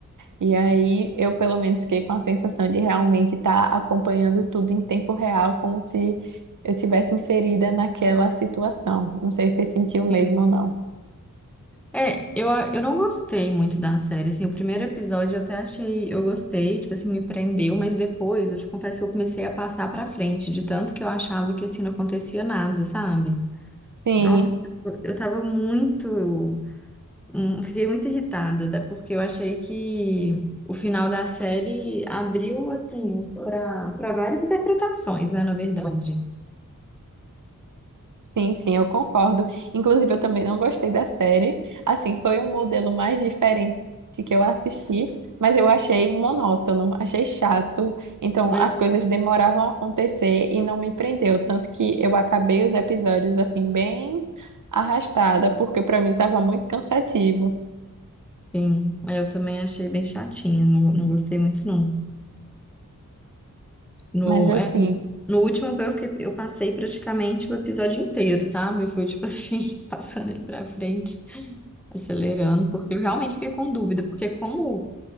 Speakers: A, on the right; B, in the centre.
A: E aí eu, pelo menos, fiquei com a sensação de realmente estar acompanhando tudo em tempo real, como se eu tivesse inserida naquela situação. Não sei se você sentiu mesmo
B: Sim.
A: ou não.
B: É, eu, a- eu não gostei muito da série, assim, o primeiro episódio eu até achei, eu gostei, tipo assim, me prendeu, mas depois, eu te confesso que eu comecei a passar pra frente, de tanto que eu achava que, assim, não acontecia nada, sabe?
A: Sim.
B: Nossa, eu eu tava muito, hum, fiquei muito irritada, até porque eu achei que o final da série abriu, assim, pra, para várias interpretações, né, na verdade.
A: Sim, sim, eu concordo. Inclusive, eu também não gostei da série. Assim, foi o modelo mais diferente que eu assisti, mas eu achei monótono, achei chato. Então,
B: É,
A: as coisas demoravam a acontecer e não me prendeu. Tanto que eu acabei os episódios, assim, bem arrastada, porque para mim estava muito cansativo.
B: enfim, eu também achei bem chatinha, não, não gostei muito, não. No,
A: Mas, assim.
B: é, no no último eu, fiquei- eu passei praticamente o episódio inteiro, sabe? Foi tipo assim, <laughs> passando ele pra frente, acelerando, porque eu realmente fiquei com dúvida, porque como